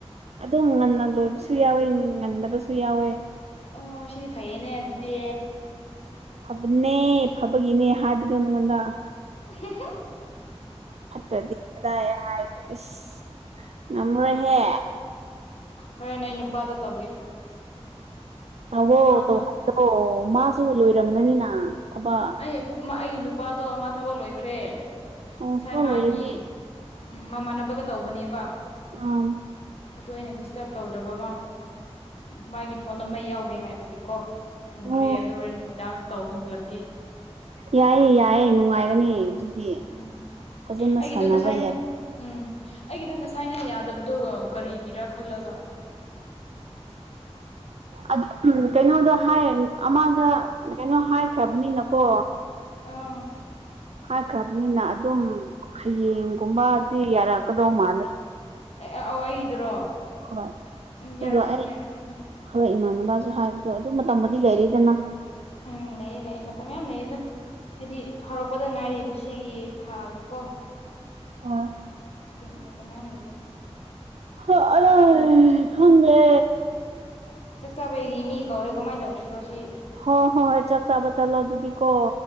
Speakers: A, on the right (about 75°); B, on the left (about 65°).
A: ꯑꯗꯨꯝ ꯉꯟꯅ ꯂꯣꯏꯕꯁꯨ ꯌꯥꯎꯋꯦ ꯉꯟꯗꯕꯁꯨ ꯌꯥꯎꯋꯦ
B: ꯑꯣ ꯁꯤꯗꯤ ꯐꯩꯌꯦꯅꯦ ꯑꯗꯨꯗꯤ
A: ꯐꯕꯅꯦ ꯐꯕꯒꯤꯅꯦ ꯍꯥꯏꯕꯗꯣ ꯅꯪꯉꯣꯟꯗ
B: <unintelligible>
A: ꯐꯠꯇ꯭ꯔꯗꯤ ꯀꯗꯥꯏ ꯍꯥꯏꯈꯦꯁ ꯉꯝꯔꯣꯏꯍꯦ
B: ꯍꯣꯔꯦꯟ ꯑꯩ ꯅꯨꯄꯥꯗ ꯇꯧꯒꯦ
A: ꯇꯧꯑꯣ
B: ꯃꯥ ꯊꯕꯛ
A: ꯇꯧꯍꯟꯂꯣ ꯃꯥꯁꯨ ꯂꯣꯏꯔꯝꯒꯅꯤꯅ ꯊꯕꯛ
B: ꯑꯩ ꯑꯩꯒꯤ ꯅꯨꯄꯥꯗꯣ ꯃꯥ ꯊꯕꯛ ꯂꯣꯏꯈ꯭ꯔꯦ
A: ꯑꯣ
B: ꯉꯁꯥꯏ
A: ꯊꯕꯛ
B: ꯃꯥꯒꯤ
A: ꯂꯣꯏꯔꯗꯤ
B: ꯎꯝ ꯃꯃꯥꯟꯅꯕꯒ ꯇꯧꯕꯅꯦꯕ
A: ꯑꯥ
B: ꯑꯗꯣ ꯑꯩꯅ ꯗꯤꯁꯇꯔꯕ ꯇꯧꯗ꯭ꯔꯕ ꯃꯥ ꯃꯥꯒꯤ ꯐꯣꯟ ꯅ ꯃꯩ ꯌꯥꯎꯗꯦ ꯍꯥꯏꯕꯒꯤꯀꯣ ꯊꯝꯈ꯭ꯔꯦ
A: ꯑꯣ
B: ꯑꯗꯨ ꯍꯣꯔꯦꯟ ꯅꯨꯃꯤꯗꯥꯡ ꯇꯧꯍꯜꯂꯛꯀꯦ
A: ꯌꯥꯏꯌꯦ ꯌꯥꯏꯌꯦ ꯅꯨꯡꯉꯥꯏꯒꯅꯤ ꯑꯗꯨꯗꯤ
B: ꯎꯝ
A: ꯐꯖꯅ
B: ꯑꯩꯒꯤꯗꯣ
A: ꯁꯥꯟꯅꯕ
B: ꯉꯁꯥꯏ
A: ꯌꯥꯏ
B: ꯎꯝ ꯑꯩꯒꯤꯗꯣ ꯉꯁꯥꯏꯅ ꯌꯥꯗꯕꯗꯣ ꯀꯔꯤꯒꯤꯔꯥ ꯈꯜꯂꯒ
A: ꯑꯗꯨꯝ ꯀꯩꯅꯣꯗ ꯍꯥꯏ ꯑꯃꯗ ꯀꯩꯅꯣ ꯍꯥꯏꯈ꯭ꯔꯕꯅꯤꯅꯀꯣ
B: ꯎꯝ
A: ꯍꯥꯏꯈ꯭ꯔꯕꯅꯤꯅ ꯑꯗꯨꯝ ꯍꯌꯦꯡꯒꯨꯝꯕꯗꯤ ꯌꯥꯔꯛꯀꯗꯧ ꯃꯥꯜꯂꯦ
B: ꯑꯦ ꯑꯦ ꯑꫭ ꯑꯩꯒꯤꯗꯨꯔꯣ
A: ꯍꯣꯏ ꯑꯗꯨꯒ
B: ꯎꯝ ꯌꯥꯔꯛꯀꯅꯤ
A: ꯑꯩ
B: ꯌꯥꯔꯛꯀꯅꯤ
A: ꯍꯣꯏ ꯏꯃꯥꯟꯅꯕꯁꯨ ꯍꯥꯏꯕꯗꯣ ꯑꯗꯨ ꯃꯇꯝꯕꯨꯗꯤ ꯂꯩꯔꯤꯗꯅ
B: ꯎꯝ ꯂꯩꯌꯦ ꯂꯩ ꯃ ꯇꯃꯦ ꯌꯥꯝ ꯂꯩꯗ ꯍꯥꯏꯗꯤ ꯍꯧꯔꯛꯄꯗ ꯉꯥꯏꯔꯤꯕ ꯁꯤꯒꯤ ꯊꯥꯒꯤꯀꯣ
A: ꯍꯣꯏ
B: ꯃꯇꯝ ꯂꯩꯒꯤ
A: <unintelligible> ꯈꯪꯗꯦ
B: ꯆꯥꯛꯇꯥꯕꯩꯒꯤ ꯃꯤ ꯀꯧꯔꯦ ꯀꯃꯥꯏꯅ ꯇꯧꯁꯤꯔꯣ ꯁꯤ
A: ꯍꯣꯏ ꯍꯣꯏ ꯍꯣꯏ ꯆꯞ ꯆꯥꯕ ꯆꯠꯂꯣ ꯑꯗꯨꯗꯤ ꯀꯣ